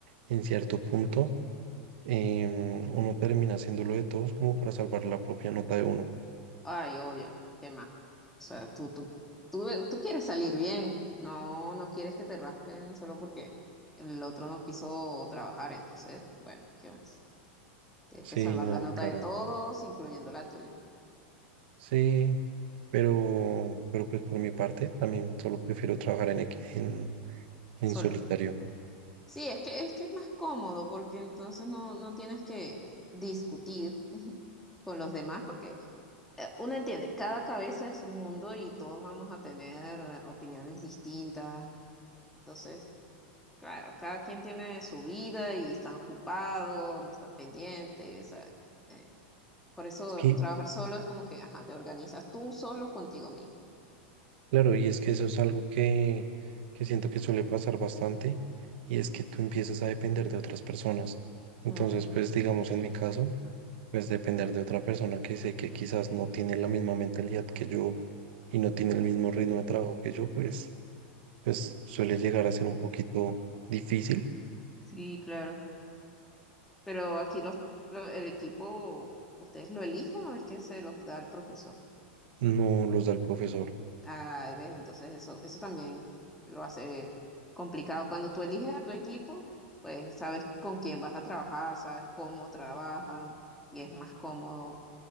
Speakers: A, on the right; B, in the centre.
A: en cierto punto em, uno termina haciendo lo de todos como para salvar la propia nota de uno.
B: Ay, obvio. ¿Qué más? O sea, tú, tú, tú, tú quieres salir bien. No, no quieres que te raspen solo porque el otro no quiso trabajar. Entonces, bueno, ¿qué más? Tienes
A: Sí,
B: que salvar
A: no,
B: la nota
A: claro.
B: de todos, incluyendo la tuya.
A: Sí, pero, pero pues por mi parte también solo prefiero trabajar en, equi- en, en
B: Solo.
A: solitario.
B: Sí, es que es que es más cómodo porque entonces no, no tienes que discutir <laughs> con los demás porque eh, uno entiende, cada cabeza es un mundo y todos vamos a tener eh, opiniones distintas. Entonces, claro, cada quien tiene su vida y está ocupado, no está pendiente, ¿sabes? Eh, por eso
A: Es que,
B: trabajar solo es como que, ajá, te organizas tú solo contigo mismo.
A: claro, y es que eso es algo que, que siento que suele pasar bastante, y es que tú empiezas a depender de otras personas. Entonces,
B: Ujú.
A: pues digamos en mi caso, pues depender de otra persona que sé que quizás no tiene la misma mentalidad que yo y no tiene el mismo ritmo de trabajo que yo, pues, pues suele llegar a ser un poquito difícil,
B: Sí, claro. Pero aquí los, lo- el equipo, ¿ustedes lo eligen o es que se los da el profesor?
A: no los da el profesor.
B: Ay, ves, entonces eso, eso también lo hace complicado. Cuando tú eliges a tu equipo, pues sabes con quién vas a trabajar, sabes cómo trabajan y es más cómodo